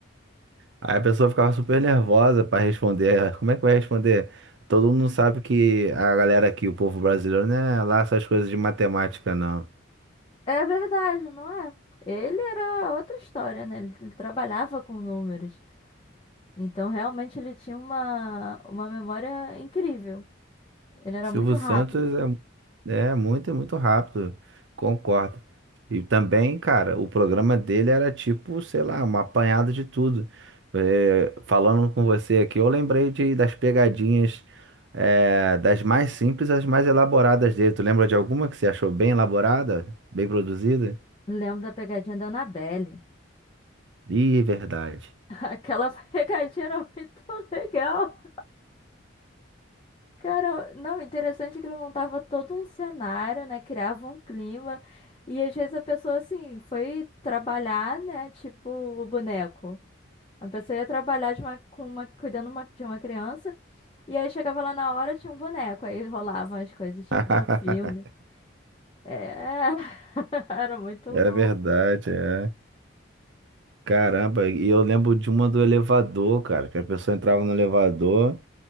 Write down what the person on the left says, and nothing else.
É verdade, não é? Ele era outra história, né? Ele trabalhava com números. Então, realmente, ele tinha uma, uma memória incrível. Ele era
muito rápido.
Lembro da pegadinha da Annabelle.
<laughs> Aquela pegadinha era muito legal. Cara, não, interessante que ele montava todo um cenário, né? Criava um clima. E às vezes a pessoa, assim, foi trabalhar, né? Tipo o boneco. A pessoa ia trabalhar de uma, com uma, cuidando uma- de uma criança e aí chegava lá na hora tinha um boneco, aí rolavam as coisas tipo
do filme. É, <laughs> era muito
bom.